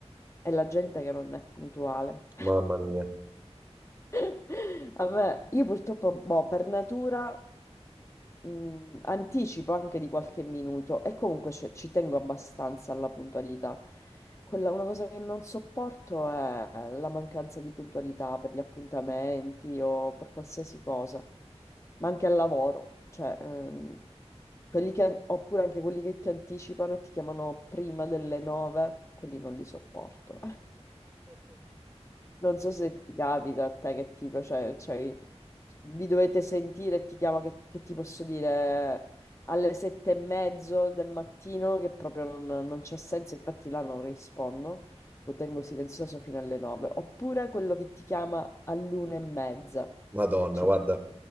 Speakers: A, on the left (about 25°); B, on the right (about 15°).
A: è la gente che non è puntuale.
B: Mamma mia.
A: <laughs> Vabbè, io purtroppo, boh, per natura mh, anticipo anche di qualche minuto e comunque cioè, ci tengo abbastanza alla puntualità. Quella, una cosa che non sopporto è la mancanza di puntualità per gli appuntamenti o per qualsiasi cosa, ma anche al lavoro, cioè, ehm, quelli che- oppure anche quelli che ti anticipano e ti chiamano prima delle nove, quelli non li sopporto. Non so se ti capita a te che tipo, cioè, cioè, vi dovete sentire e ti chiama che, che ti posso dire alle sette e mezzo del mattino che proprio non, non c'ha senso, infatti là non rispondo, lo tengo silenzioso fino alle nove, oppure quello che ti chiama all'una e mezza,
B: Madonna,
A: cioè,
B: guarda,